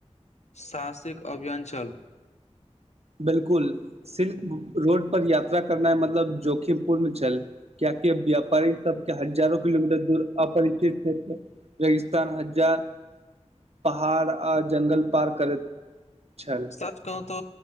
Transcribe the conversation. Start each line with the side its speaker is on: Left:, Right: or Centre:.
Left: साहसिक अभियान छल।
Right: बिलकुल सिल्क रोड पर यात्रा करनाई मतलब जोखिमपूर्ण छल। कीये कि व्यापारी सबके हजारों किलोमीटर दूर अपरिचित क्षेत्र रेगिस्तान, हजार पहाड़ आ जङ्गल पार करैत छल
Left: सच कहूं तो